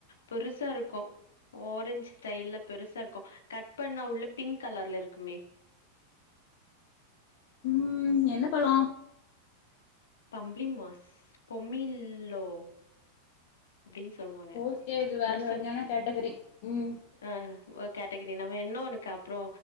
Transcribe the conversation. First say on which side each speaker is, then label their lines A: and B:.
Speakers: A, on the left; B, on the left.
A: பெருசா இருக்கு ஓரஞ்ச் ஸ்டைல்லல பெருசா இருக்கு கட் பண்ணா உள்ள பிங்க் கலர்ல இருக்குமே
B: ம் என்ன பழோ
A: பாம்ப்லி மாஸ் பமில்லோ அப்டின்னு சொல்லுவாங்க
B: ஓகே இது வேற
A: பெருசா
B: வகையான கேட்டகரி ம்
A: ஆ ஒரு கேட்டகரி ந என்ன ஒன்னுக்கு அப்புறோ